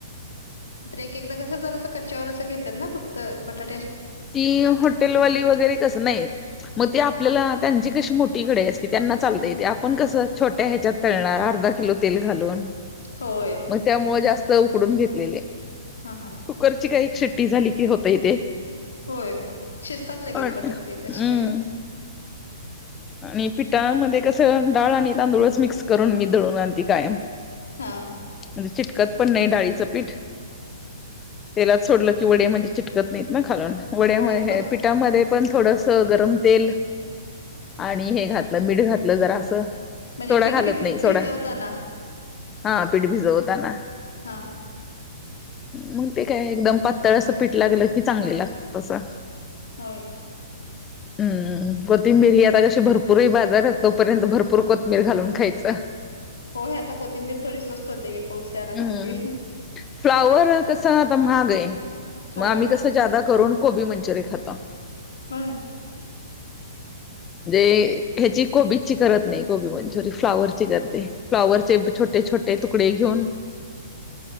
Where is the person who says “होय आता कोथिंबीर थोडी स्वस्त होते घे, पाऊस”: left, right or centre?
Left